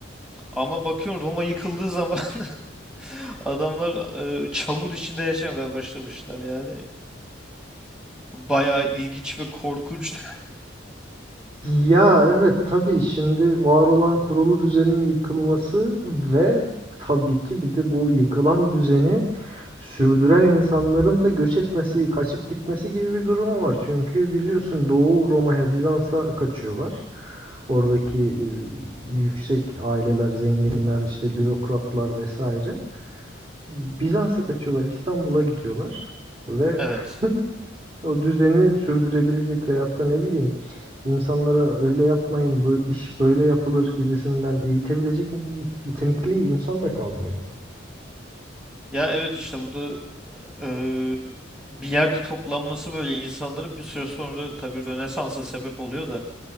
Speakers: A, in the centre; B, on the right.
A: Ama bakıyorsun Roma yıkıldığı zaman <laughs> Adamlar e, çamur içinde yaşamaya başlamışlar yani. Bayağı ilginç ve korkunç.
B: Ya evet tabii şimdi var olan kurulu düzenin yıkılması ve tabii ki bir de bu yıkılan düzeni sürdüren insanların da göç etmesi, kaçıp gitmesi gibi bir durumu var. Çünkü biliyorsun Doğu Roma'ya, Bizans'a kaçıyorlar. Oradaki e, yüksek aileler, zenginler, işte bürokratlar vesaire. Bizans'a kaçıyorlar, İstanbul'a gidiyorlar ve
A: <laughs> Evet.
B: <laughs> o düzeni sürdürebilecek veyahut da ne bileyim İnsanlara öyle yapmayın, bu iş böyle yapılır gibisinden eğitebilecek yetenekli insan da kalmıyor.
A: Ya evet işte bu da e, bir yerde toplanması böyle insanların bir süre sonra tabii Rönesans'a sebep oluyor da